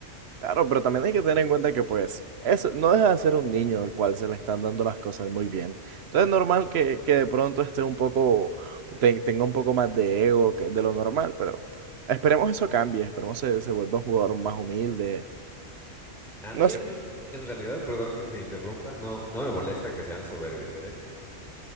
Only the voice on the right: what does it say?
Claro, pero también hay que tener en cuenta que pues eso no deja de ser un niño al cual se le están dando las cosas muy bien. Entonces es normal que, que de pronto esté un poco, te- tenga un poco más de ego que de lo normal, pero esperemos eso cambie, esperemos se, se vuelva un jugador más humilde.
No
sé.